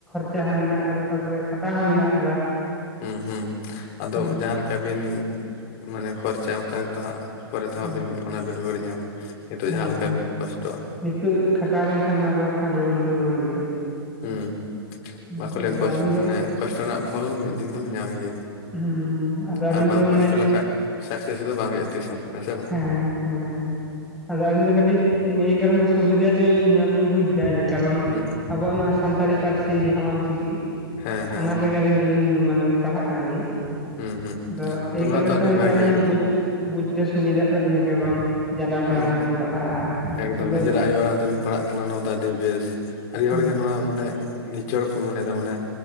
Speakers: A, in the centre; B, on the left (about 40°).
A: ᱠᱷᱚᱪᱟ ᱦᱚᱸ ᱢᱮᱱᱟᱜ ᱟᱠᱟᱫᱟ ᱛᱟᱯᱚᱨᱮ ᱠᱷᱟᱴᱟ ᱦᱚᱸ ᱢᱮᱱᱟᱜ ᱟᱠᱟᱫᱟ᱾
B: ᱦᱩᱸ ᱦᱩᱸ ᱟᱫᱚ
A: ᱦᱩᱸ
B: ᱡᱟᱦᱟᱸ ᱞᱮᱠᱟ ᱵᱤᱱ ᱢᱟᱱᱮ ᱠᱷᱚᱨᱪᱟ ᱚᱱᱠᱟ ᱜᱮᱛᱚ ᱦᱟᱸᱜ ᱯᱚᱨᱮ ᱛᱮᱦᱚᱸᱵᱤᱱ
A: ᱦᱩᱸ
B: ᱚᱱᱟ ᱵᱤᱱ ᱨᱩᱣᱟᱹᱲ ᱧᱟᱢᱟ ᱱᱤᱛᱚᱜ
A: ᱦᱮᱸ
B: ᱡᱟᱦᱟᱸ ᱞᱮᱠᱟ
A: ᱦᱮᱸ
B: ᱵᱤᱱ ᱠᱚᱥᱴᱚᱜᱼᱟ᱾
A: ᱱᱤᱛᱚᱜ ᱠᱷᱟᱴᱟᱣ ᱞᱮᱱ ᱠᱷᱟᱱ ᱚᱱᱟ ᱫᱚ ᱦᱟᱜ ᱠᱷᱟᱱ ᱨᱩᱣᱟᱹᱲ ᱫᱚ ᱨᱩᱩᱭᱟᱹᱲ ᱜᱮᱭᱟ᱾
B: ᱦᱮᱸ
A: ᱦᱩᱸ
B: ᱵᱟᱠᱚ ᱞᱟᱹᱭ
A: ᱟᱫᱚ
B: ᱠᱚᱣᱟ
A: ᱟᱹᱞᱤᱧ
B: ᱢᱟᱱᱮ
A: ᱫᱚ
B: ᱠᱚᱥᱴᱚ ᱨᱮᱱᱟᱜ ᱯᱷᱚᱞ ᱢᱤᱫ ᱫᱤᱱ ᱫᱚᱢ ᱧᱟᱢ ᱜᱮᱭᱟ᱾
A: ᱦᱩᱸ ᱦᱩᱸ ᱟᱫᱚ ᱟᱹᱞᱤᱧ
B: ᱟᱨ ᱵᱟᱢ
A: ᱫᱚ ᱢᱟᱱᱮ᱾
B: ᱠᱚᱥᱴᱚ ᱞᱮᱠᱷᱟᱡ ᱥᱟᱠᱥᱮᱥ ᱫᱚ ᱵᱟᱝ ᱦᱩᱭᱩᱜᱼᱟ ᱛᱤᱥᱦᱚ ᱦᱮᱥᱮ ᱵᱟᱝ
A: ᱦᱮᱸ ᱦᱮᱸ ᱦᱮᱸ ᱟᱫᱚ ᱟᱹᱞᱤᱧ ᱫᱚ ᱠᱟᱹᱴᱤᱡ ᱮᱭ ᱠᱟᱨᱚᱱ ᱛᱮ ᱥᱩᱵᱤᱫᱟ ᱧᱚᱜ ᱧᱚᱜ ᱞᱤᱧ ᱵᱩᱡᱽ ᱮᱫᱟ᱾ ᱠᱟᱨᱚᱱ
B: ᱦᱩᱸ
A: ᱟᱵᱚᱣᱟᱜ ᱱᱚᱣᱟ ᱥᱟᱱᱛᱟᱲᱤ ᱯᱟᱹᱨᱥᱤ, ᱡᱟᱦᱟᱸ ᱚᱞ ᱪᱤᱠᱤ
B: ᱦᱮᱸ ᱦᱮᱸ
A: ᱚᱱᱟ ᱨᱮᱜᱮ ᱟᱹᱞᱤᱧ ᱟᱹᱞᱤᱧ ᱢᱟᱱᱮ ᱯᱟᱲᱦᱟᱜ ᱠᱟᱱᱟᱞᱤᱧ
B: ᱦᱩᱸ ᱦᱩᱸ
A: ᱟᱫᱚ
B: ᱛᱚ
A: ᱮᱭ
B: ᱱᱚᱣᱟ
A: ᱠᱟᱨᱚᱱ
B: ᱛᱚ ᱟᱹᱰᱤ
A: ᱛᱮ ᱦᱚᱭᱛᱚ
B: ᱵᱷᱟᱜᱮ
A: ᱟᱹᱞᱤᱧᱟᱜ
B: ᱮᱠᱫᱚᱢ
A: ᱵᱩᱡᱽ᱾ ᱵᱩᱡᱽ ᱨᱮ ᱥᱩᱵᱤᱫᱷᱟᱜ ᱛᱟᱹᱞᱤᱧᱟ ᱡᱮ ᱵᱚᱨᱚᱱ ᱡᱟᱱᱟᱢ
B: ᱦᱩᱸ
A: ᱟᱲᱟᱝ ᱛᱮᱢ᱾ ᱯᱟᱲᱦᱟᱜᱼᱟ
B: ᱮᱠᱫᱚᱢ
A: ᱟᱫᱚ
B: ᱱᱤᱡᱮᱨᱟᱜ ᱟᱭᱳ ᱟᱲᱟᱝ ᱛᱮᱵᱮᱱ ᱯᱟᱲᱦᱟᱜ᱾ ᱠᱟᱱᱟ ᱱᱚᱣᱟ ᱫᱚ ᱟᱹᱰᱤ ᱵᱮᱥ ᱟᱹᱰᱤ ᱦᱚᱲᱜᱮ
A: ᱦᱩᱸ
B: ᱱᱚᱣᱟ ᱢᱟᱱᱮ ᱱᱤᱪᱚᱲ ᱠᱚ ᱢᱚᱱᱮᱭᱮᱫᱟ ᱢᱟᱱᱮ᱾